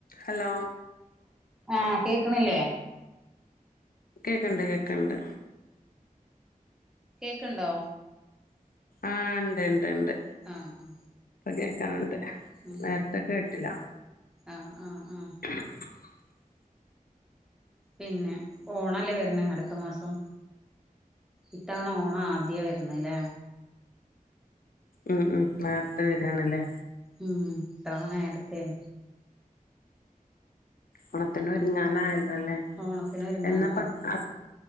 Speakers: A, on the left; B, in the centre.
A: Hello
B: ആഹ് കേക്കണില്ലേ
A: കേക്ക്ണ്ട് കേക്ക്ണ്ട്
B: കേക്ക്ണ്ടോ
A: ആഹ് ഇണ്ട് ഇണ്ട് ഇണ്ട്
B: ആഹ്
A: കേക്കന്ണ്ട്
B: ഉം
A: നേരത്തെ കേട്ടില്ല
B: ആഹ് ആഹ് ആഹ്
A: <inaudible>
B: പിന്നെ ഓണല്ലേ വരുന്നെ അടുത്ത മാസം ഇത്തവണ ഓണം ആദ്യാ വരുന്നത് ല്ലേ
A: ഉം ഉം നേരത്തെ വേറാൻല്ലേ
B: ഉം ഇത്തവണ നേരത്തെയാ
A: ഓണത്തിന് ഒരുങ്ങാൻ ആയല്ലോ അല്ലേ
B: ഓണത്തിന് ഒരുങ്ങാനായി
A: എന്ന പത്ത അ